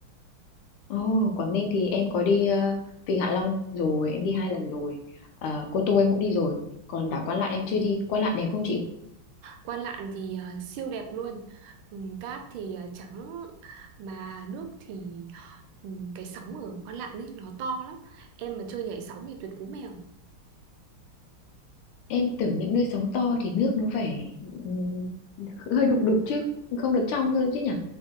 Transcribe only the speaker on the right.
Quan Lạn thì à, siêu đẹp luôn. Ừ, cát thì à, trắng, mà nước thì ừ, cái sóng ở Quan Lạn ấy nó to lắm. Em mà chơi nhảy sóng thì tuyệt cú mèo.